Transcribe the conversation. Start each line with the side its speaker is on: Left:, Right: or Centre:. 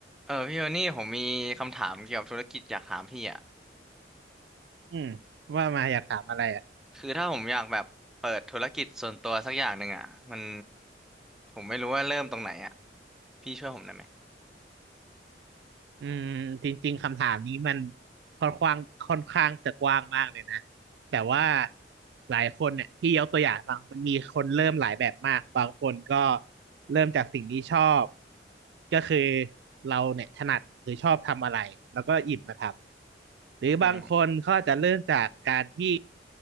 Centre: เออพี่โทนี่ผมมีคำถามเกี่ยวกับธุรกิจอยากถามพี่อ่ะ
Right: อืมว่ามาอยากถามอะไรอ่ะ
Centre: คือถ้าผมอยากแบบเปิดธุรกิจส่วนตัวสักอย่างหนึ่งอ่ะมันผมไม่รู้ว่าเริ่มตรงไหนอ่ะพี่ช่วยผมได้ไหม
Right: อืมจริงๆคำถามนี้มันค่อนข้างค่อนข้างจะกว้างมากเลยนะ แต่ว่าหลายคนเนี่ยพี่ยกตัวอย่างฟังมันมีคนเริ่มหลายแบบมากบางคนก็เริ่มจากสิ่งที่ชอบก็คือเราเนี่ยถนัดหรือชอบทำอะไรแล้วก็หยิบมาทำหรือบางคนเขาอาจจะเริ่มจากการที่
Centre: อืม